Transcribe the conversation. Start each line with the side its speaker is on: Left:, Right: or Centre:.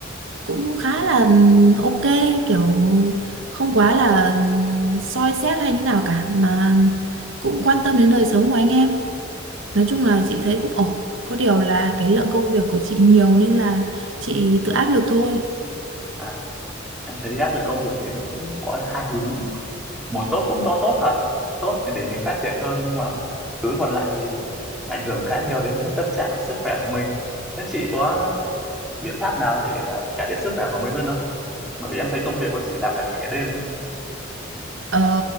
Right: cũng khá là ừ, ok kiểu không quá là ừ, soi xét hay như nào cả mà cũng quan tâm đến đời sống của anh em. Nói chung là chị thấy cũng ổn. Có điều là
Centre: à,
Right: cái lượng công việc của chị nhiều nên là chị tự áp lực thôi.
Centre: à, em thấy áp lực công việc thì nó cũng có hai hướng một tốt cũng to tốt thật tốt thì để mình phát triển hơn nhưng mà hướng còn lại thì ảnh hưởng khá nhiều đến tâm trạng sức khỏe của mình thế chị có biện pháp nào để ờ, cải thiện sức khỏe của mình hơn không bởi vì em thấy công việc của chị làm cả ngày cả đêm ấy
Right: Ờ,